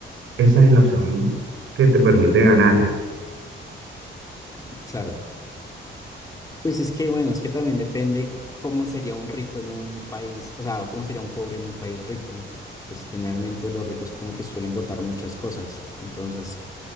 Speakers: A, on the right; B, on the left.
A: esa es la opción que te permite ganar.
B: Claro, Pues es que, bueno, es que también depende cómo sería un rico en un país, o sea, cómo sería un pobre en un país rico. Pues generalmente los ricos como que suelen votar muchas cosas. Entonces,